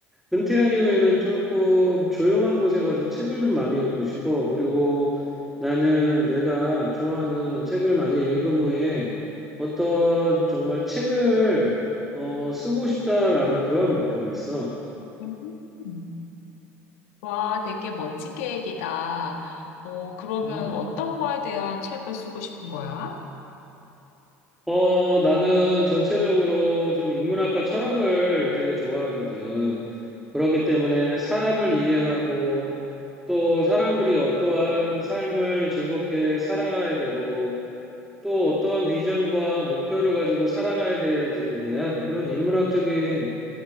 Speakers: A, in the centre; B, on the left (about 80°).
A: 은퇴한 이후에는 조금 조용한 곳에 가서 책을 좀 많이 읽고 싶어. 그리고 나는 내가 좋아하는 책을 많이 읽은 후에 어떤 정말 책을 어, 쓰고 싶다라는 그러한 목표가 있어.
B: 음. 와, 되게 멋진 계획이다. 어, 그러면
A: 음.
B: 어떤 거에 대한 책을 쓰고 싶은 거야?
A: 어, 나는 전체적으로 좀 인문학과 철학을 되게 좋아하거든. 그렇기 때문에 사람을 이해하고 또 사람들이 어떠한 삶을 즐겁게 살아가야 되고 또 어떠한 비전과 목표를 가지고 살아가야 되지에 대한 그런 인문학적인